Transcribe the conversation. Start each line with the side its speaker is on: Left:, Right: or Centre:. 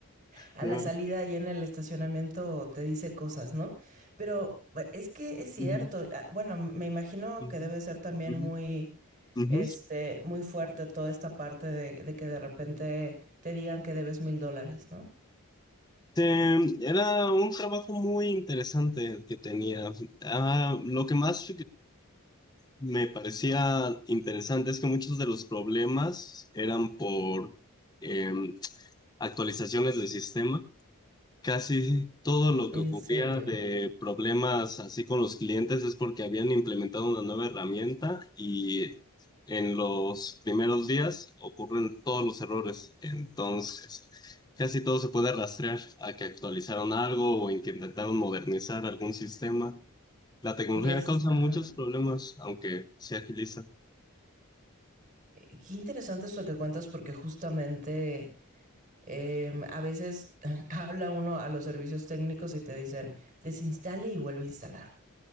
Left: <laughs>
Right: A
Left: Pero-
Right: la salida y en el estacionamiento te dice cosas, ¿no? Pero eh, es que es cierto.
Left: Ujú,
Right: Ah, Bueno, m- me imagino
Left: ujú,
Right: que debe ser también
Left: ujú,
Right: muy,
Left: ujú.
Right: este, muy fuerte toda esta parte de, de que de repente te digan que debes mil dólares, ¿no?
Left: Este, Era un trabajo muy interesante el que tenía. Ah, lo que más me parecía interesante es que muchos de los problemas eran por em, actualizaciones del sistema. Casi sí, todo lo
Right: ¿En
Left: que ocurría
Right: serio?
Left: de problemas así con los clientes es porque habían implementado una nueva herramienta y en los primeros días ocurren todos los errores. Entonces, casi todo se puede rastrear a que actualizaron algo o en que intentaron modernizar algún sistema. La tecnología
Right: Y es,
Left: causa
Right: ajá.
Left: muchos problemas, aunque se agiliza.
Right: Eh, Qué interesante esto que cuentas porque justamente Eh, a veces <laughs> habla uno a los servicios técnicos y te dicen, desinstale y vuelve a instalar.